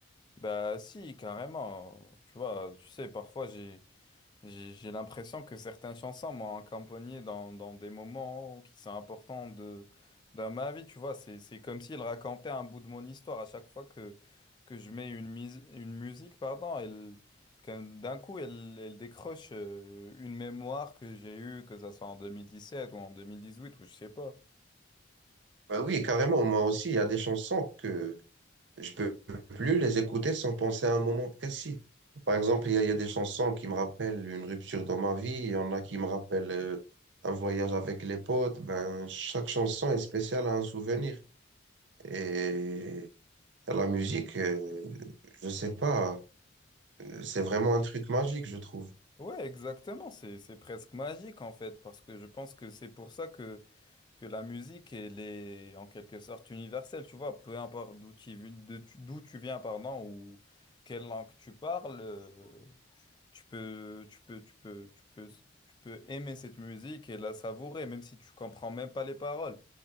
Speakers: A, on the left; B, on the right.
A: Bah si, carrément. Tu vois, tu sais, parfois j'ai... J'ai j'ai l'impression que certaines chansons m'ont accompagné dans, dans des moments qui sont importants de, dans ma vie, tu vois. C'est, c'est comme s'il racontait un bout de mon histoire à chaque fois que, que je mets une, mise- une musique, pardon, elle, qu'un- d'un coup, elle, elle décroche euh, une mémoire que j'ai eue, que ça soit en 2017 ou en 2018 ou je sais pas.
B: Bah oui, carrément, moi aussi, il y a des chansons que je peux plus les écouter sans penser à un moment précis. Par exemple, il y a, il y a des chansons qui me rappellent une rupture dans ma vie, il y en a qui me rappellent euh, un voyage avec les potes. Ben, chaque chanson est spéciale à un souvenir. Et la musique, euh, je sais pas, euh, c'est vraiment un truc magique, je trouve.
A: Ouais, exactement. C'est, c'est presque magique en fait, parce que je pense que c'est pour ça que que la musique, elle est en quelque sorte universelle, tu vois, peu importe d'où tu, vi- de tu- d'où tu viens, pardon, ou quelle langue tu parles, euh, tu peux, tu peux, tu peux, tu peux, tu peux aimer cette musique et la savourer, même si tu comprends même pas les paroles.